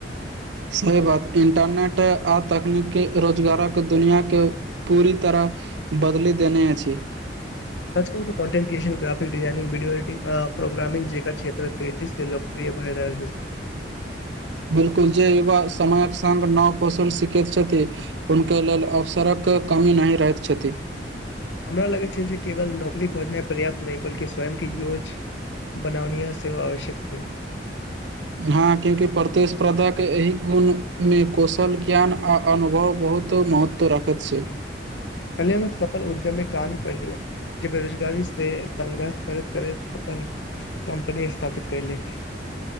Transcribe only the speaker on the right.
सही बात इंटरनेट आ तकनीकी रोजगारक दुनिया के पूरी तरह बदलि देने अछि।
बिलकुल जे युवा समयक संग नाव-कौशल सीखैत छथि। हुनक्यों लल अवसरक कमी नहि रहैत छथि।
हँ में योकि प्रतिस्पर्धाके, एहि गुणमे कौशल ज्ञान आ अनुभव बहुतो महत् त्व राखैत छै।